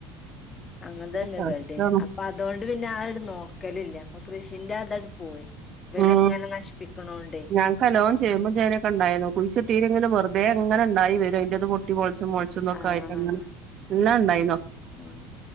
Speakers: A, on the left; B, on the right.
A: അങ്ങനെ തന്നെ
B: കഷ്ടമാണ്
A: ഇവിടം അപ്പ അതോണ്ട് പിന്നെ അയ്ട് നോക്കലില്ല അപ്പ കൃഷിന്റെ അട് പോയി. ഇവലിങ്ങനെ
B: ഉം
A: നശിപ്പിക്കണോണ്ടേ
B: ഞാക്ക് നല്ലോം ചേമ്പും ചേനൊക്കെ ഇണ്ടായിന്നു കുഴിച്ച് ട്ടീൽ ഇങ്ങനെ വെറുതെ ഇങ്ങനെ. ഇണ്ടായി വെരും അയിന്റെ ഇത് പൊട്ടി മൊൾ ച്ചും മൊൾച്ചും ഇതൊക്കെ
A: ആഹ്
B: ആയിട്ട് അങ്ങനെ ല്ലോം ഉണ്ടായിന്നോ?
A: ഉം